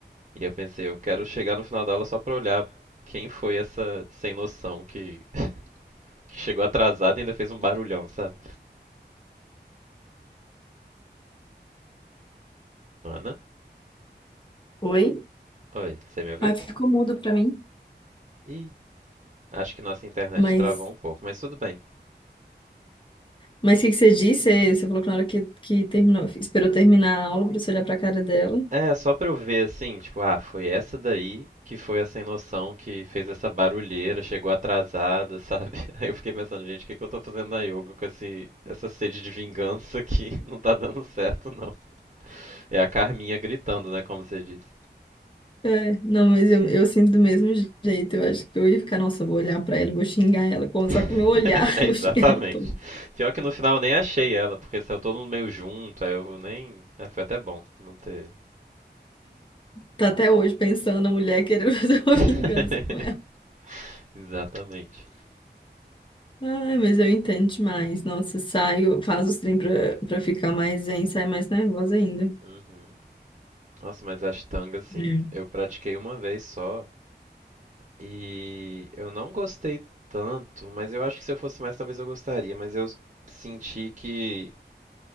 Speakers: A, on the right; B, on the left.
A: E eu pensei, eu quero chegar no final da aula só pra olhar quem foi essa sem noção que, que chegou atrasada e ainda fez um barulhão, sabe? Ana,
B: Oi?
A: oi, você me ouviu?
B: Ai, ficou mudo pra mim.
A: Ih, acho que nossa internet
B: Mas,
A: travou um pouco, mas tudo bem.
B: mas o que que você disse? Você você falou que na hora que, que terminou, esperou terminar a aula pra você olhar pra cara dela.
A: É, só pra eu ver assim, tipo, ah, foi essa daí que foi a sem noção que fez essa barulheira, chegou atrasada, sabe? <laughs> Aí eu fiquei pensando, gente, o que que eu tô fazendo na yoga com esse, essa sede de vingança aqui? <laughs> Não tá dando certo, não. É a Carminha gritando, né, como você disse.
B: É, não, mas eu, eu sinto do mesmo jeito. Eu acho que eu ia ficar, nossa, eu vou olhar pra ela, vou xingar ela, com-
A: <laughs>
B: só com o meu olhar, <laughs>
A: É,
B: eu
A: exatamente.
B: vou xingar ela toda.
A: Pior que no final eu nem achei ela, porque saiu todo mundo meio junto, aí eu nem. ah, foi até bom não ter.
B: Tá até hoje pensando a mulher querendo <laughs> fazer uma
A: <laughs>
B: vingança com ela.
A: Exatamente.
B: Ai, mas eu entendo demais. Nossa, saio, faço os trem pra, pra ficar mais zen, sai mais nervosa ainda.
A: Uhum. Nossa, mas ashtanga, assim,
B: É.
A: eu pratiquei uma vez só e eu não gostei tanto, mas eu acho que se eu fosse mais, talvez eu gostaria, mas eu senti que